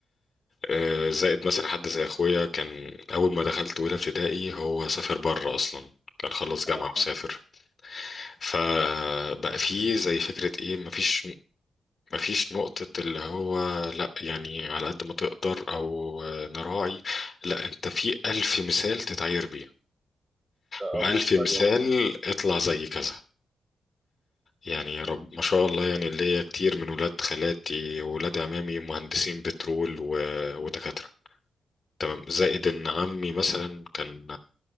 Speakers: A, on the left (about 40°); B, on the right (about 25°).
A: آه، زائد مثلا حد زي أخويا كان أول ما دخلت أولى ابتدائي هو سافر بره أصلا كان خلص
B: اه
A: جامعة وسافر
B: فاهم.
A: فبقى فيه زي فكرة ايه مفيش مفيش نقطة اللي هو لا يعني على قد ما تقدر أو نراعي لا أنت في ألف مثال تتعير بيه
B: ده
A: وألف
B: اوحش
A: مثال
B: حاجة ممكن
A: اطلع زي كذا يعني يا رب ما شاء الله يعني اللي هي كتير من ولاد خالاتي وولاد عمامي مهندسين بترول و... ودكاترة تمام زائد إن عمي مثلا كان